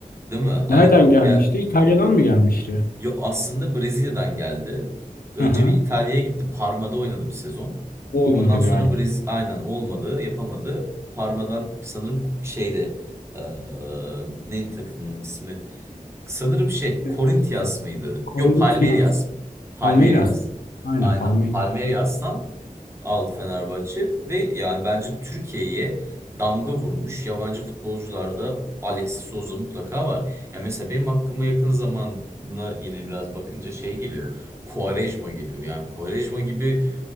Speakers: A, on the right; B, on the left.
A: Değil mi? Aynen.
B: nereden gelmişti?
A: Ya
B: İtalya'dan mı gelmişti?
A: Yo, aslında Brezilya'dan geldi. Önce
B: Hı hı.
A: bir İtalya'ya gitti. Parma'da oynadı bir sezon.
B: Olmadı
A: Ondan sonra
B: galiba.
A: Brez aynen olmadı, yapamadı. Parma'dan sanırım şeyde eee, neydi takımın ismi? Sanırım şey
B: Şey,
A: Corinthians mıydı?
B: Corinthians,
A: Yok Palmeiras. Palmeiras.
B: Palmeiras. Aynen
A: Aynen.
B: Palmeiras.
A: Palmeiras'tan aldı Fenerbahçe ve yani bence Türkiye'ye damga vurmuş yabancı futbolcularda Alexis Souza mutlaka var. Ya mesela benim aklıma yakın zamana yine biraz bakınca şey geliyor. Quaresma geliyor. Yani Quaresma gibi